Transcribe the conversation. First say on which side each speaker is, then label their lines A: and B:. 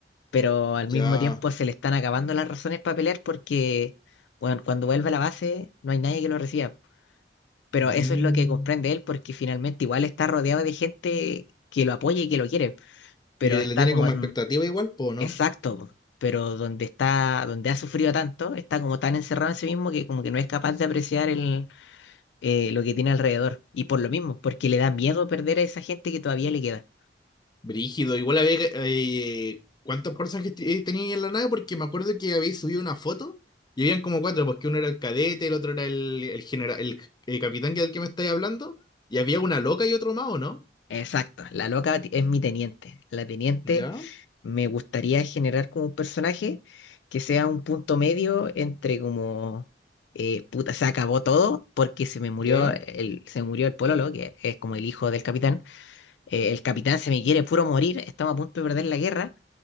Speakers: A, on the left; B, on the left.
A: pero al
B: ¿Ya?
A: mismo tiempo se le están acabando las razones para pelear porque bueno, cuando vuelve a la base no hay nadie que lo reciba. Pero
B: Mm.
A: eso es lo que comprende él porque finalmente igual está rodeado de gente que lo apoya y que lo quiere, pero
B: Y que
A: está
B: le tiene
A: como
B: como
A: en-
B: expectativa igual, po, ¿no?
A: exacto, po, pero donde está, donde ha sufrido tanto, está como tan encerrado en sí mismo que como que no es capaz de apreciar el, eh, lo que tiene alrededor. Y por lo mismo, porque le da miedo perder a esa gente que todavía le queda.
B: Brígido, igual a ver eh, cuántos personajes te- eh, tenía ahí en la nave, porque me acuerdo que habéis subido una foto y habían como cuatro, porque uno era el cadete, el otro era el, el general, el, el capitán que del que me estáis hablando, y había una loca y otro más, ¿o no?
A: Exacto, la loca ti- es mi teniente. La teniente
B: Ya,
A: me gustaría generar como un personaje que sea un punto medio entre como eh, puta, se acabó todo porque se me murió
B: ya,
A: el, se me murió el pololo, que es como el hijo del capitán. Eh, el capitán se me quiere puro morir, estamos a punto de perder la guerra,